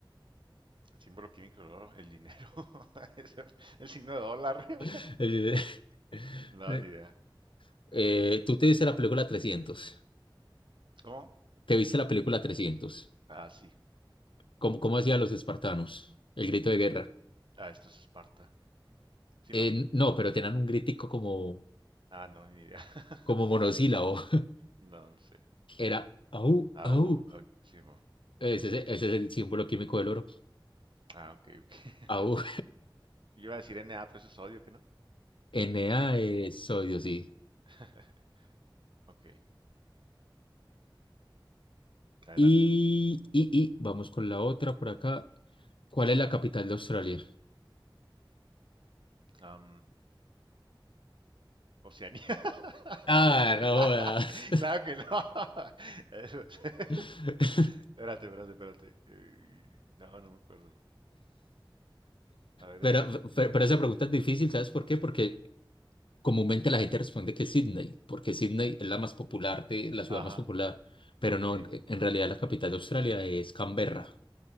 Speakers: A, on the right; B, on the left.
A: Símbolo químico del oro, el dinero, <laughs> Eso, el signo de dólar. <laughs>
B: <laughs>
A: No,
B: Eh,
A: ni idea.
B: eh, tú te viste la película trescientos?
A: ¿Cómo?
B: Te viste la película 300?
A: Ah, sí.
B: ¿Cómo, cómo hacían los espartanos? El grito de guerra.
A: Ah, esto es Esparta. ¿Sí
B: Eh,
A: no?
B: no, pero tenían un gritico como,
A: Ah, no, ni idea. <laughs>
B: como monosílabo. <laughs>
A: No, no sé.
B: Era au,
A: AU,
B: au.
A: ok, Simón,
B: Ese,
A: Simón.
B: es- ese es el símbolo químico del oro.
A: Ah, ok, ok. <laughs>
B: Au.
A: Yo iba a decir NA, pero eso es odio, ¿que no?
B: <laughs> Na es sodio, sí.
A: <laughs> Ok, adelante.
B: Y, y, y vamos con la otra por acá. ¿Cuál es la capital de Australia?
A: Am, Oceanía.
B: Ah,
A: <laughs>
B: no jodas.
A: Claro que no. <laughs> Eso es- <laughs>
B: <laughs>
A: Espérate, espérate, espérate. Eh, No, no me acuerdo. A ver,
B: Pero,
A: échale. dime.
B: pero, pero esa pregunta es difícil, ¿sabes por qué? Porque comúnmente la gente responde que Sydney, porque Sydney es la más popular de la ciudad
A: Ajá,
B: más popular, pero
A: ok.
B: no, en, en realidad la capital de Australia es Canberra.